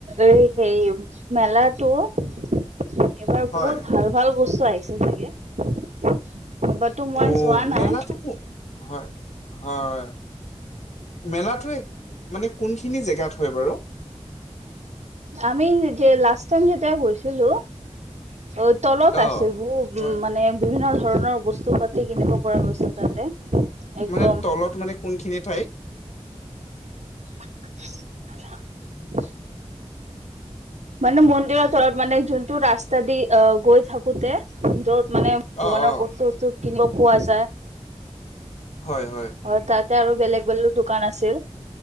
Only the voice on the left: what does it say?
হয়
অ
মেলাটো কো হয় হয়। মেলাটোৱেই, মানে কোনখিনি জেগাত হয় বাৰু?
অ
হয়
মানে তলত মানে কোনখিনি ঠাইত?
অ অ
হয় হয়।